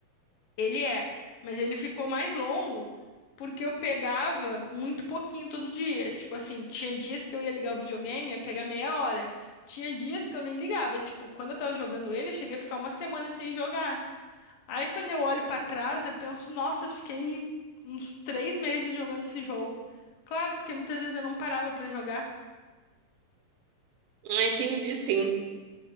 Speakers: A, on the left; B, on the right.
A: Ele é, mas ele ficou mais longo porque eu pegava muito pouquinho todo dia. Tipo assim, tinha dias que eu ia ligar o videogame, ia pegar meia hora. Tinha dias que eu nem ligava. Tipo, quando eu tava jogando ele, eu cheguei a ficar uma semana sem jogar. Aí quando eu olho pra trás, eu penso, nossa, eu fiquei uns três meses jogando esse jogo. Claro, porque muitas vezes eu não parava pra jogar.
B: Ah, entendi, sim.